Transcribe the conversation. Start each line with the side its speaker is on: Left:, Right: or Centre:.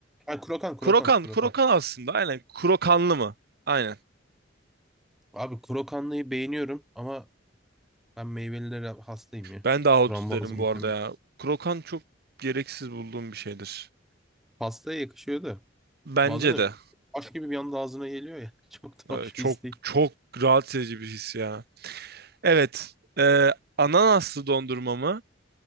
Centre: Ha krokan
Right: Krokan,
Centre: krokan krokan.
Right: krokan aslında. Aynen. Krokanlı mı? Aynen.
Centre: Abi krokanlıyı beğeniyorum ama ben meyvelilere hastayım ya.
Right: Ben de ahudut
Centre: Frambuazım
Right: derim bu arada
Centre: hem
Right: ya. Krokan çok gereksiz bulduğum bir şeydir.
Centre: pastaya yakışıyor da
Right: Bence
Centre: bazen de
Right: de.
Centre: taş gibi bir anda ağzına geliyor ya. <laughs> Çok da
Right: Ee,
Centre: hoş
Right: Çok
Centre: bir istek.
Right: çok rahatsız edici bir his ya. Evet. e, ananaslı dondurma mı?